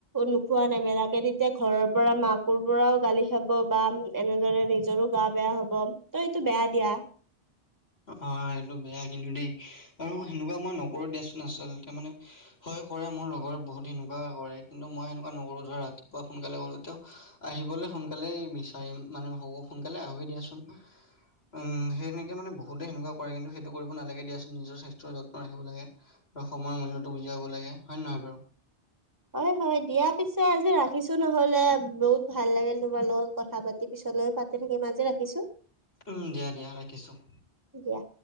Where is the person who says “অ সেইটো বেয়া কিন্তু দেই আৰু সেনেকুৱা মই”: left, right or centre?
Left